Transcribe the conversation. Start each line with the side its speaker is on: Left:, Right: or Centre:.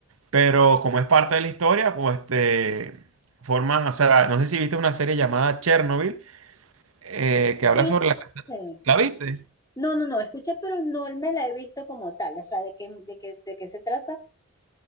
Right: Pero como es parte de la historia, pues este forman, o sea, no sé si viste una serie llamada Chernobyl eh, que
Left: sí,
Right: habla sobre la...
Left: sí.
Right: ¿La viste?
Left: No, no, no, escuché, pero no me la he visto como tal. O sea, ¿de qué, de qué, de qué se trata?